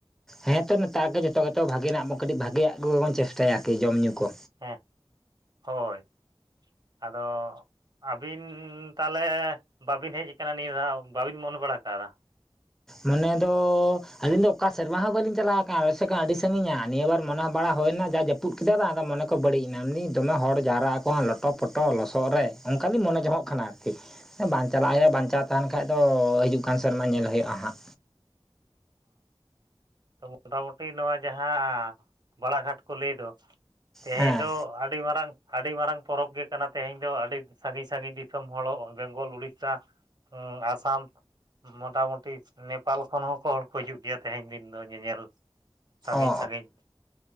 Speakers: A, in the centre; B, on the right.
A: ᱦᱮᱸᱛᱚ ᱱᱮᱛᱟᱨ ᱫᱚ ᱡᱚᱛᱚ ᱜᱮᱛᱚ ᱵᱷᱟᱜᱮ ᱱᱟᱸᱜ ᱵᱚ ᱠᱟᱴᱤᱡᱽ ᱵᱷᱟᱜᱮᱭᱟᱜ ᱜᱮᱵᱚᱱ ᱪᱮᱥᱴᱟᱭᱟ ᱟᱨᱠᱤ ᱡᱚᱢᱼ ᱧᱩ ᱠᱚ
B: ᱦᱮᱸ ᱦᱳᱭ ᱟᱫᱚ, ᱟᱹᱵᱤᱱ ᱛᱟᱦᱞᱮ ᱵᱟᱵᱮᱱ ᱦᱮᱡᱽ ᱟᱠᱟᱱᱟ ᱱᱤᱭᱟᱹ ᱫᱷᱟᱣ ᱵᱟᱵᱤᱱ ᱢᱚᱱᱮ ᱵᱟᱲᱟ ᱠᱟᱫᱟ
A: ᱢᱚᱱᱮ ᱫᱚ ᱟᱹᱞᱤᱧ ᱫᱚ ᱚᱠᱟ ᱥᱮᱨᱢᱟ ᱦᱚᱸ ᱢᱟᱱᱮ ᱫᱚ ᱟᱞᱤᱧ ᱫᱚ ᱚᱠᱟ ᱥᱮᱨᱢᱟ ᱦᱚᱸ ᱵᱟᱹᱞᱤᱧ ᱪᱟᱞᱟ ᱠᱟᱱᱟ ᱟᱞᱮ ᱥᱮ ᱠᱷᱚᱱ ᱟᱹᱰᱤ ᱥᱟᱺᱜᱤᱧᱟ ᱱᱤᱭᱟᱹ ᱵᱟᱨ ᱢᱚᱱᱮ ᱵᱟᱲᱟ ᱦᱩᱭᱱᱟ ᱫᱟᱜᱽ ᱡᱟᱹᱯᱩᱫᱽ ᱠᱮᱫᱟ ᱵᱟᱝ ᱟᱫᱚ ᱢᱚᱱᱮ ᱠᱚ ᱵᱟᱹᱲᱤᱡᱽ ᱮᱱᱟ ᱢᱮᱱ ᱫᱟ. ᱧ ᱫᱚᱢᱮ ᱦᱚᱲ ᱡᱟᱣᱨᱟᱜ ᱟᱠᱚ ᱞᱚᱴᱚ ᱯᱚᱴᱚ ᱞᱚᱥᱚᱫ ᱨᱮ ᱚᱱᱠᱟ ᱫᱩᱧ ᱢᱚᱱᱮ ᱡᱚᱝᱚᱜ ᱠᱟᱱᱟ ᱟᱨᱠᱤ ᱵᱟᱝ ᱪᱟᱞᱟᱜ ᱦᱩᱭᱩᱜᱼᱟ ᱵᱟᱧᱪᱟᱣ
B: ᱚ
A: ᱛᱟᱦᱮᱱ ᱠᱷᱟᱱ ᱫᱚ ᱦᱤᱡᱩᱜ ᱠᱟᱱ ᱥᱮᱨᱢᱟ ᱧᱮᱞ ᱦᱩᱭᱩᱜᱼᱟ ᱦᱟᱸᱜ
B: ᱚ ᱢᱚᱴᱟ ᱢᱩᱴᱤ ᱱᱚᱣᱟ ᱡᱟᱦᱟᱸ ᱵᱟᱲᱟ ᱜᱷᱟᱴ ᱠᱚ ᱞᱟᱹᱭ ᱫᱚ ᱛᱮᱦᱮᱸᱧ
A: ᱦᱮᱸ
B: ᱫᱚ ᱟᱹᱰᱤ ᱢᱟᱨᱟᱝ ᱟᱹᱰᱤ ᱢᱟᱨᱟᱝ ᱯᱚᱨᱚᱵᱽ ᱜᱮ ᱠᱟᱱᱟ ᱛᱮᱦᱮᱧ ᱫᱚ ᱟᱹᱰᱤ ᱥᱟᱺᱜᱤᱧ ᱥᱟᱺᱜᱤᱧ ᱫᱤᱥᱚᱢ ᱦᱚᱲ ᱵᱮᱝᱜᱚᱞ ᱩᱲᱤᱥᱟ ᱦᱚᱸ ᱟᱥᱟᱢ ᱢᱚᱴᱟ ᱢᱩᱴᱤ ᱱᱮᱯᱟᱞ ᱠᱷᱚᱱ ᱦᱚᱸᱠᱚ ᱦᱚᱲ ᱠᱚ ᱠᱚ ᱦᱤᱡᱩᱜ ᱜᱮᱭᱟ ᱛᱮᱦᱮᱧ ᱫᱤᱱ ᱫᱚ ᱧᱮᱧᱮᱞ ᱥᱟᱺᱜᱤᱧ
A: ᱚ
B: ᱥᱟᱺᱜᱤᱧ